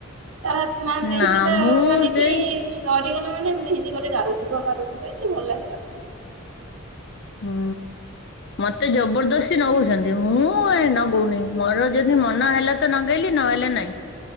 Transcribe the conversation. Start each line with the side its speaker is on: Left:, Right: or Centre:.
Right: ତାର ଆତ୍ମା ମେହେନ୍ଦି
Left: ନା
Right: ତ
Left: ମୁଁ
Right: ମାନେ
Left: ସେଇ
Right: କି ସରିଗଲେ ମାନେ ମେହେନ୍ଦୀ କରି ଗାରୁଉଥିବ, ଗାରୁଉଥିବ ଏତେ ଭଲ ଲାଗେ ତାକୁ।
Left: ହୁଁ, ମତେ ଜବରଦସ୍ତି ନଗଉଛନ୍ତି। ମୁଁ ମୁଁ ଏ ନଗଉନେଇ, ମୋର ଯଦି ମନ ହେଲା ତ ନଗେଇଲି ନହେଲେ ନାଇଁ।